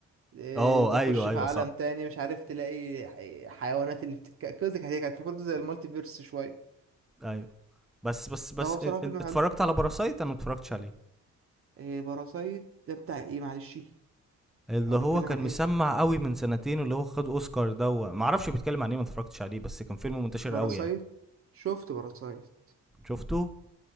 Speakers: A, on the right (about 45°); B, in the centre.
A: آه،
B: اه
A: تخش
B: ايوه
A: في
B: ايوه
A: عالم
B: صح
A: تاني مش عارف تلاقي ح- حيوانات اللي بتتك كده كانت كانت فكرته زي المالتي فيرس شوية
B: ايوه بس بس بس
A: فهو بصراحة
B: ا-
A: فيلم
B: ا- اتفرجت
A: حلو
B: على باراسايت انا ما اتفرجتش عليه
A: آه، باراسايت ده بتاع ايه معلش
B: اللي
A: او
B: هو
A: بيتكلم
B: كان
A: عن
B: مسمع
A: ايه
B: قوي من سنتين واللي هو خد اوسكار ده و- ما اعرفش بيتكلم عن ايه ما اتفرجتش عليه بس كان فيلم منتشر
A: باراسايت
B: قوي يعني
A: شفت باراسايت
B: شفته